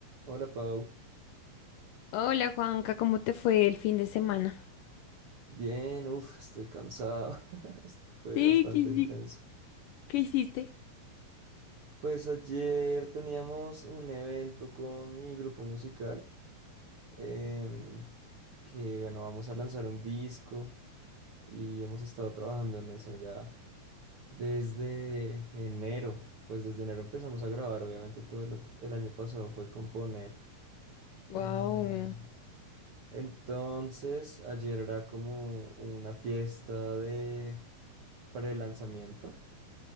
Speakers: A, on the right; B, on the left.
A: Hola Pau,
B: Hola Juanca, ¿cómo te fue el fin de semana?
A: bien, uff, estoy cansado, <laughs> fue
B: Sí,
A: bastante
B: ¿qué, hici-
A: intenso.
B: qué hiciste?
A: Pues ayer teníamos un evento con mi grupo musical, em, que bueno, vamos a lanzar un disco y hemos estado trabajando en eso ya desde enero, pues desde enero empezamos a grabar, obviamente todo el, ot- el año pasado fue componer.
B: Wow.
A: Mm, Entonces, ayer era como una fiesta de pre-lanzamiento.